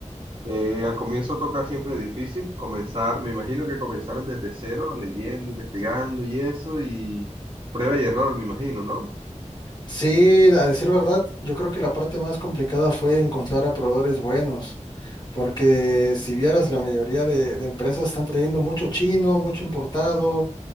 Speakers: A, on the right; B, on the left.
A: Eh, al comienzo toca siempre difícil comenzar, me imagino que comenzaron desde cero, leyendo, investigando y eso, y prueba y error, me imagino, ¿no?
B: Sí, a decir verdad, yo creo que la parte más complicada fue encontrar a proveedores buenos, porque si vieras, la mayoría de, de empresas están trayendo mucho chino, mucho importado,